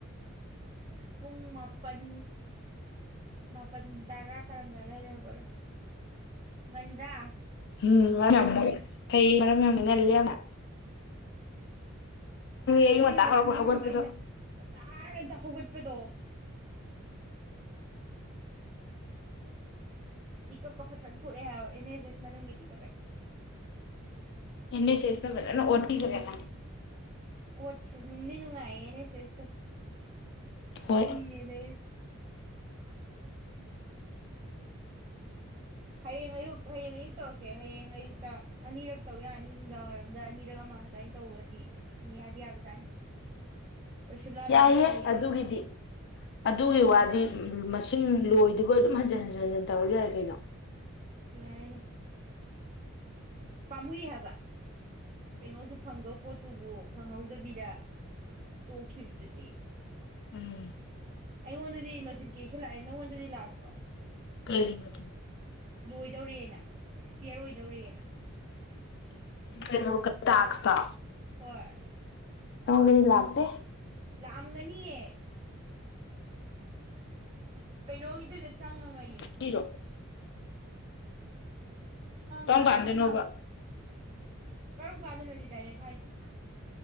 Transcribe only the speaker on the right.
ꯄꯨꯡ ꯃꯥꯄꯜ ꯃꯥꯄꯜ ꯇꯔꯥ ꯇꯥꯔꯝꯗꯥꯏꯋꯥꯏꯗ ꯍꯧꯒꯠꯂꯣꯏ ꯉꯟꯗ꯭ꯔꯥ
ꯑꯦꯔꯦꯖꯁꯀꯤ
ꯃꯅꯨꯡꯗ
ꯑꯩꯅ ꯑꯇꯥꯟꯇ ꯍꯧꯒ ꯗꯣ ꯃꯤꯀ ꯀ ꯐꯠ ꯏꯅꯦꯖꯦꯁ ꯃꯅꯖꯒꯦ
ꯑꯣꯠ ꯅꯅꯨꯡꯗꯤ ꯅꯨꯡꯉꯥꯏꯦꯅꯦ ꯁꯤꯦꯁꯇ
ꯃꯤꯗ ꯍꯌꯦꯡ ꯑꯌꯨꯛ ꯍꯌꯦꯡ ꯑꯌꯨꯛ ꯇꯧꯔꯛꯀꯦ ꯍꯌꯦꯡ ꯑꯌꯨꯛꯇ ꯑꯅꯤꯔꯛ ꯇꯧ ꯌꯥꯅꯤ ꯅꯨꯡꯗꯥꯡꯋꯥꯏꯔꯝꯗ ꯑꯅꯤꯔꯛ ꯑꯃ ꯑꯗꯨꯃꯏꯅ ꯇꯧꯕꯗꯤ ꯌꯥꯗꯤ ꯌꯥꯕꯖꯥꯠꯅꯤ ꯔꯣꯁꯤꯕꯂꯥꯗꯨꯁꯨ
ꯍꯌꯦꯡ
ꯑꯌꯨꯛ
ꯌꯥꯏꯅꯦꯦ ꯄꯥꯝꯃꯨꯏ ꯍꯥꯏꯕ ꯀꯩꯅꯣꯁꯨ ꯐꯪꯗꯧ ꯄꯣꯠꯇꯨꯕꯨ ꯐꯪꯍꯧꯗꯕꯤꯗ ꯇꯣꯛꯈꯤꯕꯗꯨꯗꯤ
ꯑꯩꯉꯣꯟꯗꯗꯤ ꯅꯣꯇꯤꯐꯤꯦꯁꯟ ꯂꯥꯛꯅꯪꯉꯣꯟꯗꯗꯤ ꯂꯥꯛ ꯭ꯔꯣ
ꯂꯣꯏꯗꯧꯔꯦꯅ ꯑꯦꯛꯁꯄꯤꯌꯔ ꯑꯣꯏꯗꯧꯔꯦꯅ
ꯍꯣꯏ
ꯂꯥꯛꯑꯝꯒꯅꯤꯌꯦ ꯀꯩꯅꯣꯒꯤꯗꯨ ꯆꯉꯒ ꯌꯦꯅ
ꯉꯔꯥꯡ
ꯑꯣꯏ ꯃꯥꯜꯂꯦ ꯀꯔꯝ ꯀꯥꯟꯗꯅꯣꯗꯤ ꯗꯥꯏꯔꯦꯛ ꯍꯥꯏꯗꯤꯦ